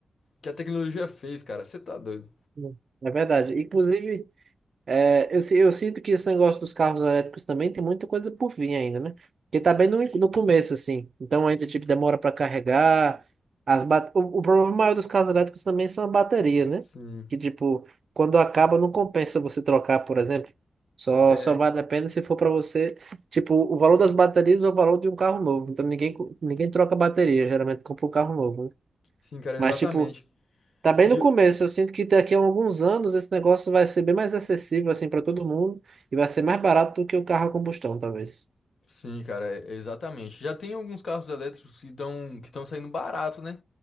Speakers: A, on the left; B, on the right.
A: que a tecnologia fez, cara. Você tá doido?
B: Uhum. É verdade. Inclusive. É, eu, si- eu sinto que esse negócio dos carros elétricos também tem muita coisa por vir ainda, né? Porque tá bem no, in- no começo, assim. Então ainda, tipo, demora para carregar. As ba- o, o problema maior dos carros elétricos também são a bateria, né?
A: Sim,
B: Que, tipo, quando acaba, não compensa você trocar, por exemplo. Só,
A: é,
B: só vale a pena se for para você, tipo, o valor das baterias ou o valor de um carro novo. Então ninguém, co- ninguém troca bateria, geralmente compra um carro novo, né?
A: sim, cara,
B: Mas,
A: exatamente.
B: tipo, Tá bem
A: E,
B: no começo. Eu sinto que daqui a alguns anos esse negócio vai ser bem mais acessível assim para todo mundo e vai ser mais barato do que o carro a combustão, talvez.
A: Sim, cara, é- exatamente. Já tem alguns carros elétricos que estão que estão saindo barato, né?